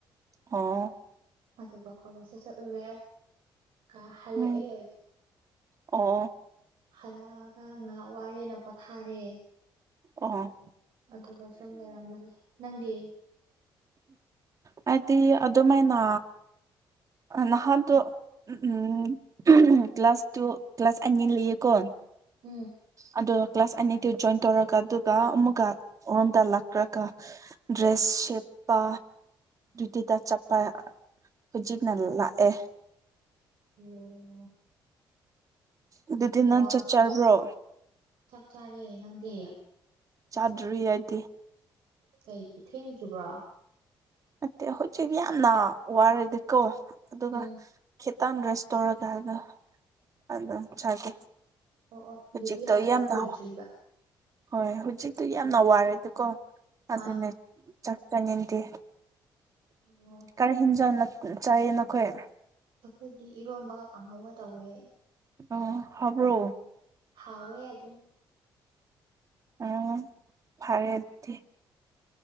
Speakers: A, on the right; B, on the right.
A: ꯑꯣ
B: ꯑꯗꯨꯒ ꯀꯣꯂꯦꯖꯇ ꯆꯠꯂꯨꯔꯦ ꯑ‌ꯣ ꯍꯜꯂꯛꯑꯦ
A: ꯎꯝ ꯑꯣ
B: ꯍꯜꯂꯛꯑꯒ ꯉꯥꯏꯍꯥꯛ ꯋꯥꯔꯦꯅ ꯄꯣꯊꯥꯔꯦ
A: ꯑꯣ
B: ꯑꯗꯨꯒ ꯁꯨꯝ ꯂꯩꯔꯝꯕꯅꯤ ꯅꯪꯗꯤ
A: ꯍꯥꯏꯗꯤ ꯑꯗꯨꯃꯥꯏꯅ ꯅꯍꯥꯟꯗ‌ꯣ ꯎꯝ ꯀ꯭ꯂꯥꯁ ꯇꯨ ꯀ꯭ꯂꯥꯁ ꯑꯅꯤ ꯂꯩꯌꯦꯀꯣꯟ
B: ꯎꯝ
A: ꯑ ꯀ꯭ꯂꯥꯁ ꯑꯅꯤꯗꯨ ꯖꯣꯏꯟ ꯇꯧꯔꯒ ꯑꯗꯨꯒ ꯑꯃꯨꯛꯒ ꯑꯃꯔꯣꯝꯗ ꯂꯥꯛꯈ꯭ꯔꯒ ꯗ꯭ꯔꯦꯁ ꯁꯦꯠꯄ ꯇꯇꯥ ꯆꯠꯄ ꯍꯧꯖꯤꯛ ꯂꯥꯛꯑꯦ
B: <unintelligible>
A: ꯑꯗꯨꯗꯤ ꯅꯪ
B: ꯋꯥ
A: ꯆꯠꯆꯔꯕ꯭ꯔꯣ
B: ꯆꯥꯛ ꯆꯥꯔꯦ ꯅꯪꯗꯤ
A: ꯆꯥꯗ꯭ꯔꯤ ꯑꯩꯗꯤ
B: ꯀꯩꯒꯤ ꯊꯦꯡꯗ꯭ꯔꯤꯕ꯭ꯔꯥ
A: ꯅꯠꯇꯦ ꯍꯧꯖꯤꯛ ꯌꯥꯝꯅ ꯋꯥꯔꯗꯤꯀꯣ ꯑꯗꯨꯒ
B: ꯎꯝ
A: ꯈꯤꯇꯪ ꯔꯦꯁ ꯇꯧꯔꯒ ꯍꯥꯏꯒ ꯑꯣ ꯆꯒꯦ
B: ꯑꯣ ꯑꯣ
A: ꯍꯧꯖꯤꯛꯇꯣ
B: ꯗ꯭ꯌꯨꯇꯤ ꯍꯜꯂꯛꯄ
A: ꯌꯥꯝꯅ
B: ꯀꯨꯏꯗ꯭ꯔꯤꯕ
A: ꯍꯣꯏ ꯍꯧꯖꯤꯛꯇꯤ ꯌꯥꯝꯅ ꯋꯥꯔꯦ ꯑꯗꯨꯀꯣ ꯑꯗꯨꯅꯦ
B: ꯑꯥ
A: ꯆꯠꯆꯅꯤꯡꯗꯦ
B: ꯑꯣ
A: ꯀꯔꯤ ꯍꯦꯟꯖꯥꯡ ꯆꯥꯏꯌꯦ ꯅꯈꯣꯏ
B: ꯑꯩꯈꯣꯏꯗꯤ ꯏꯔꯣꯟꯝꯕꯒ ꯀꯥꯡꯍꯧꯒ ꯇꯧꯋꯦ
A: ꯑꯣ ꯍꯥꯎꯕ꯭ꯔꯣ
B: ꯍꯥꯎꯋꯦ ꯑꯗꯨꯝ
A: ꯎꯝ ꯐꯔꯦꯗꯨꯗꯤ